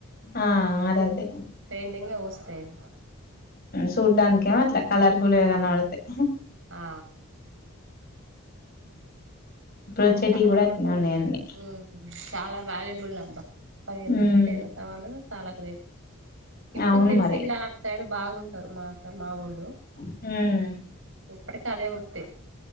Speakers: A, on the left; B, on the right.
A: ఆ అదదే
B: పెయింటింగే ఉసి పెయిం
A: చూడ్డానికేమో అట్లా కలర్ఫుల్గా కనపడతాయి
B: ఆ
A: ఇప్పుడు
B: కానీ
A: వచ్చేటియి
B: చాలా
A: కూడా అట్లే ఉన్నాయి అన్నీ
B: ఉమ్ చాలా వాల్యూబుల్ అబ్బా పదైతె
A: హ్మ్
B: తేలు కావాలు చాలా గ్రేట్ ఇప్పుడు
A: అవును
B: సిరిసిల్ల
A: మరి
B: సైడ్ బాగుంటారు మాస మావోళ్ళు
A: మ్
B: ఇప్పటికి అదే వృత్తి